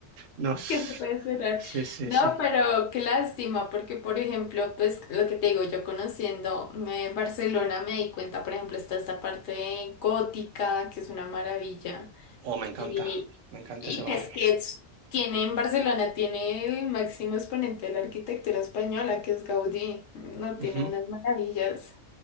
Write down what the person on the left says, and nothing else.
que se puede cerrar.
No,
pero qué lástima, porque por ejemplo, pues lo que te digo, yo conociendo eh, Barcelona me di cuenta, por ejemplo, está esta parte gótica, que es una maravilla.
Y,
y
pues que es- tiene en Barcelona, tiene el máximo exponente de la arquitectura española, que es Gaudí. No, tiene
unas maravillas.